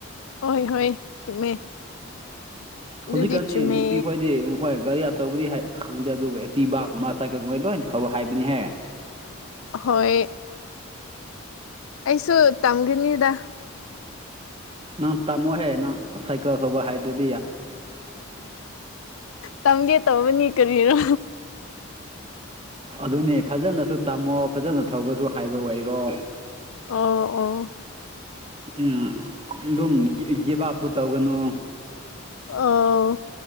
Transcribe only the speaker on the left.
ꯍꯣꯏ ꯍꯣꯏ ꯆꯨꯝꯃꯦ ꯑꯗꯨꯗꯤ
ꯆꯨꯝꯃꯦ
ꯍꯣꯏ ꯑꯩꯁꯨ ꯇꯝꯒꯅꯤꯗ
ꯇꯝꯒꯦ ꯇꯧꯕꯅꯤ ꯀꯔꯤꯅꯣ
ꯑꯣ ꯑꯣ
ꯑꯥꯎ